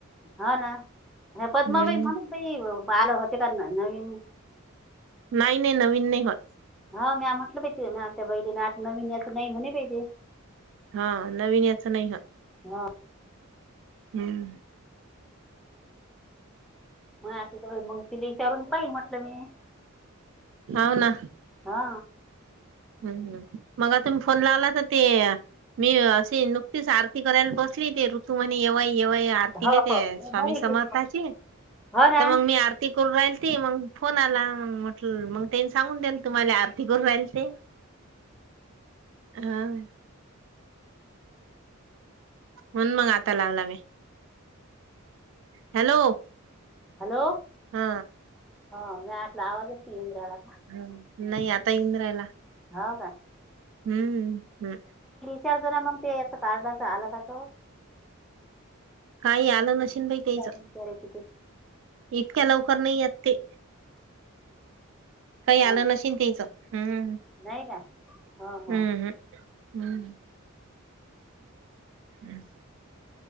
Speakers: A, in the centre; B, on the right.
A: हा ना हे
B: हम्म
A: पद्माबाई म्हणून बाई आलं होते का. त्यांना क नाही <inaudible>
B: काही नाही नवीन नाही होतं.
A: हा म्या म्हटलं पाहिजे त्या बाईले आता नवीन याच नाही म्हणे ते.
B: हा नवीन याचा नाही. हा.
A: हा
B: हम्म,
A: मग <unintelligible> मंग तिली विचवरून पाहिन म्हटलं मी
B: हवं ना.
A: हा
B: हम् हम् मग आ तुम्ही फोन लावला. का. ते मी अशी नुकतीच आरती करायला बसली ते ऋतू आणि येवई. एव्हा आरतीले
A: हो हो
B: ते
A: नाही,
B: स्वामी
A: बरी केली
B: समर्थाची
A: हो ना
B: तर मग मी आरती करून राहिल. ते मग फोन आला मग म्हटलं मग तेनी सांगू देलं तुम्हाला आरती करून राहिल ते. हा हम्. म्हणून मग आता लावला मी हॅलो!
A: हॅलो
B: हा
A: हा मी आतला आवाजच नाही इंनर याला यला
B: ह नाही आता येऊन रायला.
A: का हो का.
B: हम्म हम्म.
A: विचार जरा मग ते या कार्डाचा आला का त.
B: काही आलं नशन बाई त्याच
A: विचारायची ते
B: इतक्या लवकर नाही ये ते. काही
A: हो
B: आलं नशन तचं हम्म.
A: नाही का हो हो
B: हम्म हम् हम्. हम्